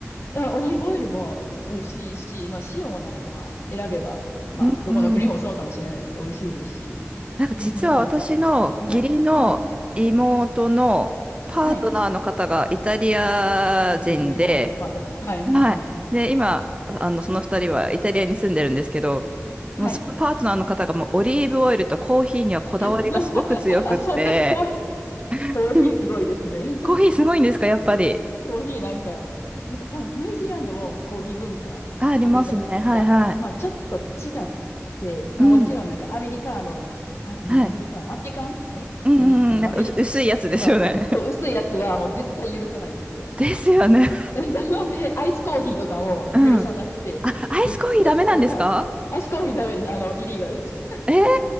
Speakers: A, on the left; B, on the right.
A: あ、オリーブオイルも美味しいし、まあ塩もなんかまあ選べば、まあどこの国もそうかもしれないですけど、
B: うんうんうん。
A: 美味しいですし。
B: なんか実は私の義理の妹のパートナーの方がイタリア人で、
A: でね、なんか、はい、はい、はい。義理の妹のパートナー。はい、はい、
B: はい。
A: はい。
B: で、今、あの、その二人はイタリアに住んでるんですけど、もうそのパートナーの方がもうオリーブオイルとコーヒーにはこだわりがすごく強くって、
A: はい。<laughs> はいあ、そうです。コーヒー、コーヒーすごいですね。
B: <laughs> コーヒーすごいんですか、やっぱり。
A: コーヒーなんか、なんか多分ニュージーランドもコーヒー文化あるじゃないですか。
B: あ、ありますね。はいはい。
A: まあちょっと違って、まあもちろんなんかアメリカーノ、
B: うん。
A: アメ、何アメリカーノ、
B: はい。
A: アメリカンえ何あのアメリ、
B: うんうんうん。なんか薄薄いやつですよね。
A: そう、そう、薄いやつはもう絶対許さないんですよ。
B: <laughs> ですよね。
A: <laughs> なんで、アイスコーヒーとかも許さなくて、
B: うん。あ、アイスコーヒーダメなんですか
A: エスプレッソか、アイスコーヒーダメです。あの、イリーガルです。
B: ええ